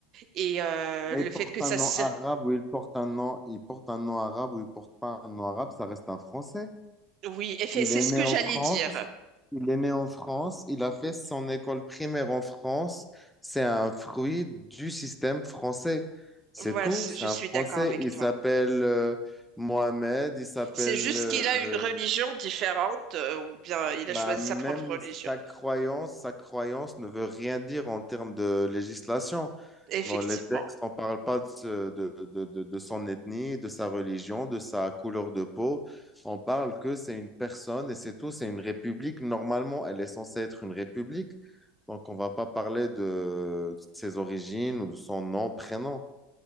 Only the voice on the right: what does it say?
Et euh,
le
fait
que ça...
se-
Oui, <laughs> effet-
c'est
ce
que
j'allais
dire.
Ouais,
c'est-
je
suis
d'accord avec
toi.
C'est juste
qu'il a une religion différente, euh, ou bien il
a choisi
sa propre religion.
Effectivement.